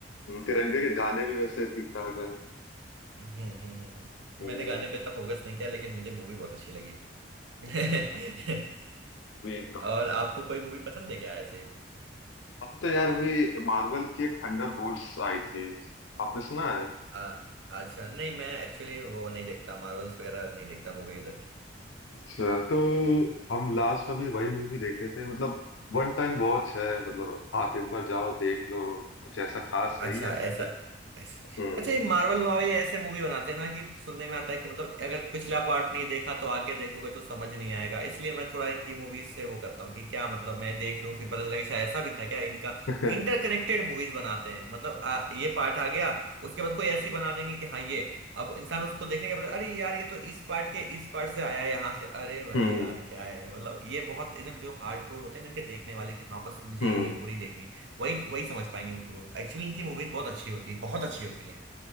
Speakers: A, on the left; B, on the right.
A: हम्म, तिरंगे के गाने भी वैसे ठीक ठाक हैं
B: हम्म हम्म हम्म हम्म।
A: हम्म
B: मैंने गाने पे तो फोकस नहीं किया लेकिन मुझे मूवी बहुत अच्छी लगी
A: <laughs>
B: <laughs>
A: वे तो
B: और आपको कोई मूवी पसंद है क्या ऐसे
A: हम तो यार अभी मार्वल की एक थंडरबोल्ट्स आई थी आपने सुना है
B: आ, अच्छा नहीं मैं एक्चुअली वो नहीं देखता मार्वल्स वगैरह नहीं देखता मूवी उधर की
A: अच्छा तो हम लास्ट अभी वही मूवी देखे थे मतलब वन टाइम वॉच है मतलब आप एक बार जाओ देख लो कुछ ऐसा खास
B: अच्छा
A: नहीं है बट
B: ऐसा ऐस-
A: हम्म
B: अच्छा ये मार्वल वाले ऐसे मूवी बनाते हैं ना कि सुनने में आता है कि मतलब अगर पिछला पार्ट नहीं देखा तो आगे देखोगे तो समझ नहीं आएगा इसलिए मैं थोड़ा इनकी मूवीज से वो करता हूँ कि क्या मतलब मैं देख लूँ फिर पता चला कि अच्छा ऐसा भी था क्या इनका
A: <laughs>
B: इंटरकनेक्टेड मूवीज बनाते हैं मतलब आ, ये पार्ट आ गया उसके बाद कोई ऐसी बना देंगे कि हाँ ये अब इंसान उसको देखने के बाद अरे यार ये तो इस पार्ट के इस पार्ट से आया है यहाँ से अरे भाई
A: हम्म
B: यार क्या है मतलब ये बहुत एकदम जो हार्ड कोर होते हैं ना इनके देखने वाले कि हाँ बस मुझे
A: हम्म
B: ये पूरी देखनी वही वही समझ पाएंगे उनकी मूवी एक्चुअली इनकी मूवीज बहुत अच्छी होती हैं बहुत अच्छी होती हैं